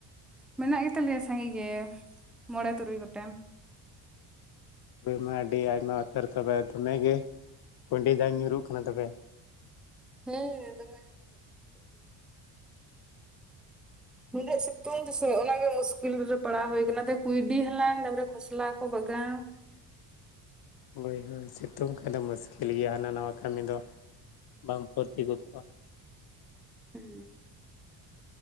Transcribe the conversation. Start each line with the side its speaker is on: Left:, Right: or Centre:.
Centre: ᱢᱮᱱᱟᱜ ᱜᱮ ᱛᱟᱞᱮᱭᱟ ᱥᱟᱸᱜᱮ ᱜᱮ ᱢᱚᱬᱮ ᱛᱩᱨᱩᱭ ᱜᱚᱴᱮᱱ᱾
Left: ᱢᱟ ᱟᱹᱰᱤ ᱟᱭᱢᱟ ᱩᱛᱟᱹᱨ ᱛᱚᱵᱮ ᱫᱚᱢᱮᱜᱮ ᱠᱩᱸᱭᱰᱤ ᱡᱟᱝ ᱧᱩᱨᱩᱜ ᱠᱟᱱᱟ ᱛᱚᱵᱮ?
Centre: ᱦᱮᱸ ᱫᱚᱢᱮ᱾ ᱠᱚᱲᱟ ᱠᱚ, ᱟᱜᱩ ᱮᱫᱟ, ᱾ <inaudible> ᱩᱱᱟᱹᱜ ᱥᱤᱛᱩᱝ ᱨᱮᱥᱮ ᱚᱱᱟᱜᱮ ᱢᱩᱥᱠᱤᱞ ᱨᱮ ᱯᱟᱲᱟᱣ ᱦᱩᱭ ᱠᱟᱱᱟ ᱱᱚᱛᱮ ᱠᱩᱸᱭᱰᱤ ᱦᱟᱞᱟᱝ ᱛᱟᱯᱚᱨᱮ ᱠᱚᱥᱞᱟ ᱠᱚ ᱵᱟᱜᱟᱣ ᱾
Left: ᱵᱟᱹᱭᱦᱟᱹᱲ ᱥᱤᱛᱩᱝ ᱠᱷᱟᱱ ᱫᱚ ᱢᱩᱥᱠᱤᱞ ᱜᱮᱭᱟ ᱦᱟᱱᱟ ᱱᱟᱭᱟ ᱠᱟᱹᱢᱤ ᱫᱚ ᱵᱟᱢ ᱯᱷᱩᱨᱛᱤ ᱜᱚᱫᱚᱜᱼᱟ᱾
Centre: ᱦᱩᱸ